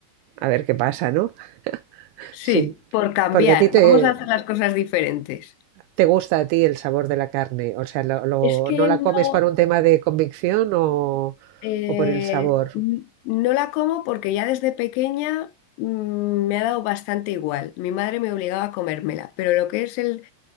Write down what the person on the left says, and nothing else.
Sí, por cambiar,
vamos a hacer las cosas diferentes.
Es que
no.
Eh,
n- no la como porque ya desde pequeña mm, me ha dado bastante igual. Mi madre me obligaba a comérmela, pero lo que es el...